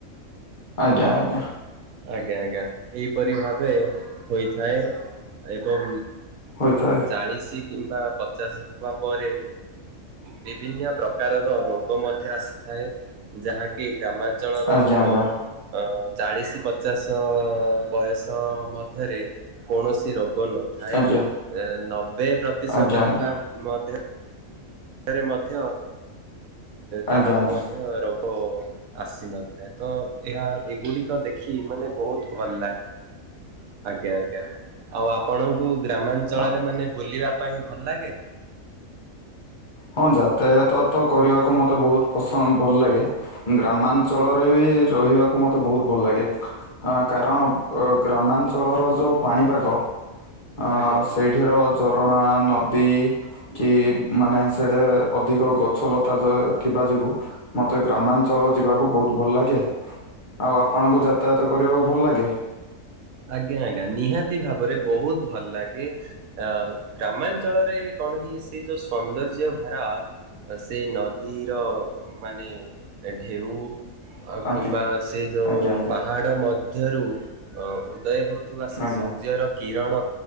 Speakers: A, on the left; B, on the right.
A: ଆଜ୍ଞା ଆଜ୍ଞା।
B: ଆଜ୍ଞା ଆଜ୍ଞା ଏହିପରି ଭାବେ ହୋଇଥାଏ ଏବଂ
A: ହୋଇଥାଏ।
B: ଚାଳିଶି କିମ୍ବା ପଚାଶ ହେବା ପରେ ବିଭିନ୍ନ ପ୍ରକାରର ରୋଗ ମଧ୍ୟ ଆସିଥାଏ। ଥାଏ। ଯାହାକି ଗ୍ରାମାଞ୍ଚଳର
A: ଆଜ୍ଞା
B: ଲୋକ
A: ଆଜ୍ଞା
B: ଅ ଚାଳିଶି ପଚାଶ ବୟସ ମଧ୍ୟରେ କୌଣସି ରୋ ରୋଗ ନଥାଏ
A: ଆଜ୍ଞା
B: ନବେ ପ୍ରତିଶତ
A: ଆଜ୍ଞା ଆଜ୍ଞା।
B: ହେଲା ମଧ୍ୟ ମଧ୍ୟ
A: ଆଜ୍ଞା
B: କାହାକୁ
A: ଆଜ୍ଞା
B: ମଧ୍ୟ ରୋଗ ଆସିନଥାଏ। ତ ଏହା ଏଗୁଡ଼ିକ ଦେଖି ମାନେ ବହୁତ ଭଲ ଲାଗେ। ଆଜ୍ଞା ଆଜ୍ଞା। ଆଉ ଆପଣଙ୍କୁ ଗ୍ରାମାଞ୍ଚଳରେ
A: ଆ-
B: ମାନେ ବୁଲିବା ପାଇଁ ଭଲ ଲାଗେ?
A: ହଁ ଯାତାୟାତ ତ କରିବାକୁ ମୋତେ ବହୁତ ପସନ୍ଦ ଭଲ ଲାଗେ। ଗ୍ରାମାଞ୍ଚଳରେ ବି ରହି ରହିବାକୁ ମତେ ବହୁତ ଭଲ ଲାଗେ କାରଣ ଗ୍ରାମାଞ୍ଚଳର ଯୋଉ ପାଣିପାଗ ଅ
B: ଆଜ୍ଞା
A: ସେଇଠିର
B: ଆଜ୍ଞା।
A: ଝରଣା ନଦୀ କି ମାନେ ସେଠାରେ ଅଧିକ ଗଛ ଲତା ଥିବା ଯୋଗୁଁ ମୋତେ ଗ୍ରାମାଞ୍ଚଳ ଯିବାକୁ ବହୁତ ଭଲ ଲାଗେ। ଆଉ ଆପଣଙ୍କୁ ଯାତାୟାତ କରିବାକୁ ଭଲ ଲାଗେ?
B: ଆଜ୍ଞା ଆଜ୍ଞା ନିହାତି ଭାବରେ ବହୁତ ଭଲ ଲାଗେ ଅ ଗ୍ରାମାଞ୍ଚଳରେ କଣ କି ସେ ଯୋଉ ସୌନ୍ଦର୍ଯ୍ୟ ଭରା ସେ ନଦୀର ମାନେ ଢେଉ ଆଉ
A: ଆଜ୍ଞା
B: କିମ୍ବା ସେ ଯୋଉ
A: ଆଜ୍ଞା
B: ପାହାଡ଼ ମଧ୍ୟରୁ ଅ ଉଦୟ ହେଉଥିବା ସେ
A: ଆଜ୍ଞା
B: ସୂର୍ଯ୍ୟର କିରଣ